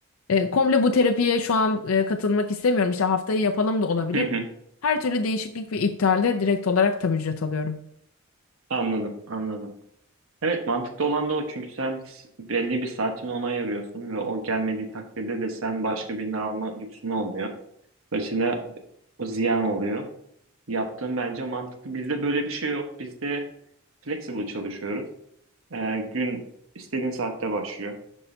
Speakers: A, on the left; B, on the right.
A: E, komple bu terapiye şu an e, katılmak istemiyorum. İşte haftayı yapalım da olabilir.
B: <laughs>
A: Her türlü değişiklik ve iptalde direkt olarak tam ücret alıyorum.
B: Anladım, anladım. Evet mantıklı olan da o çünkü sen s- belli bir saatini ona ayırıyorsun ve o gelmediği takdirde de sen başka birini alma lüksün olmuyor. Dolayısıyla o ziyan oluyor. Yaptığım bence mantıklı. Bizde böyle bir şey yok. Bizde flexible çalışıyoruz. Ee, gün istediğin saatte başlıyor.